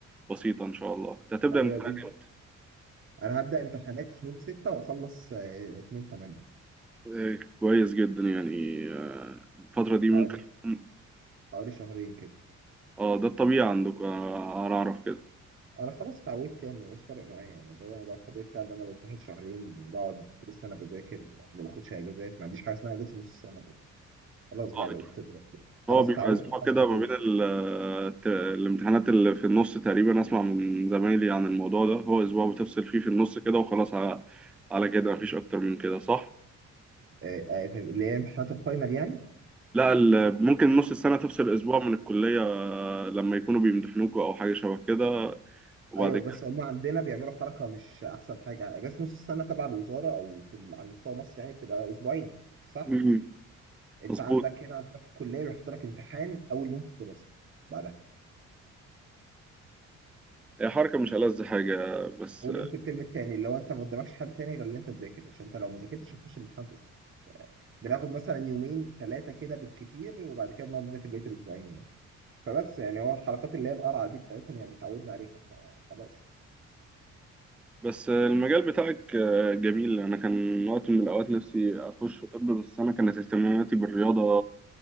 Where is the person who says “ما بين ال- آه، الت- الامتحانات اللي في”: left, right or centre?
Centre